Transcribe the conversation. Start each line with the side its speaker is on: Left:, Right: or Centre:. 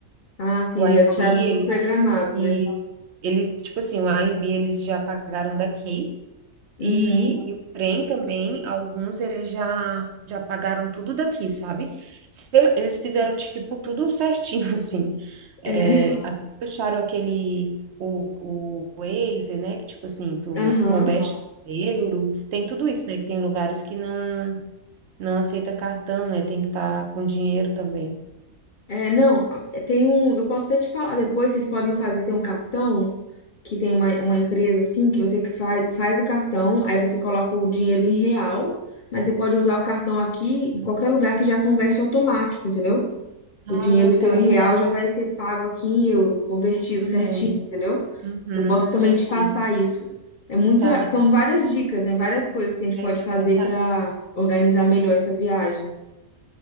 Left: Ah, sim,
Right: O Airbnb,
Left: já deixaram tudo programado,
Right: e
Left: né?
Right: eles, tipo assim, o Airbnb eles já pagaram daqui
Left: Uhum.
Right: e, e o trem também, alguns eles já já pagaram tudo daqui, sabe? Se- Eles fizeram tipo tudo certinho <laughs> assim. É,
Left: É.
Right: até fecharam aquele o, o Waze, né, que tipo assim, tu
Left: Aham.
Right: converte em euro, tem tudo isso, né, que tem lugares que não não aceita cartão, né? Tem que estar com dinheiro também.
Left: É, não, é, tem um. Eu posso até te falar depois, vocês podem fazer, tem um cartão que tem uma, uma empresa assim, que você faz, faz o cartão, aí você coloca o dinheiro em real, mas você pode usar o cartão aqui em qualquer lugar que já converte automático, entendeu? O
Right: Ah,
Left: dinheiro seu
Right: tá
Left: em
Right: legal.
Left: real já vai ser pago aqui em euro, convertido
Right: Em
Left: certinho,
Right: euro.
Left: entendeu?
Right: Uhum,
Left: Eu posso
Right: entendi.
Left: também te passar isso. É muita,
Right: Tá bom.
Left: são várias dicas, né? Várias coisas que a gente pode
Right: É
Left: fazer
Right: verdade.
Left: para organizar melhor essa viagem.